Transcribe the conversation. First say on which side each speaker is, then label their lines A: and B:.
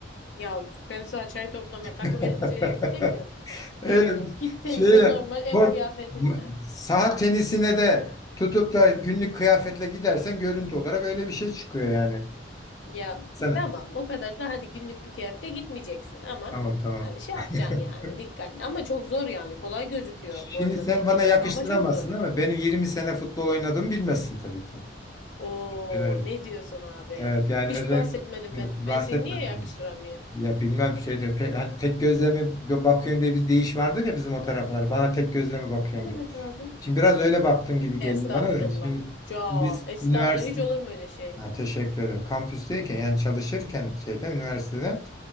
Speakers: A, on the left; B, on the left.
A: ya ben sana çay toplamaya
B: <laughs>
A: takım elbiseyle git demiyorum
B: Evet,
A: yani git tenise
B: şey,
A: normal ev
B: bu,
A: kıyafetinle
B: saha tenisine de tutup da günlük kıyafetle gidersen görüntü olarak öyle bir şey çıkıyor yani.
A: Ya
B: Sana.
A: tamam o kadar da hadi günlük bir kıyafete gitmeyeceksin ama
B: Tamam tamam.
A: hani şey
B: <laughs>
A: yapacaksın yani dikkatli ama çok zor yani kolay gözüküyor
B: Şimdi
A: bu arada
B: sen
A: tenis
B: bana yakıştıramazsın
A: ama çok zor.
B: ama beni 20 sene futbol oynadığımı bilmezsin tabii ki.
A: Oo
B: Evet,
A: ne diyorsun abi?
B: evet yani
A: Hiç
B: özel
A: bahsetmedim ben.
B: bahsetmedim.
A: Ben seni niye yakıştıramıyorum?
B: Ya bilmem şeyde te, hani tek gözle mi gö- bakıyorsun diye bir deyiş vardır ya bizim o taraflara. Bana tek gözle mi bakıyorsun
A: Evet
B: diyor.
A: abi.
B: Şimdi biraz öyle baktığın gibi geliyor
A: Estağfurullah.
B: bana da. Şimdi
A: Ca,
B: biz
A: estağfurullah
B: üniversite
A: hiç olur mu öyle şey?
B: Ha, teşekkür ederim. Kampüsteyken yani çalışırken şeyde üniversitede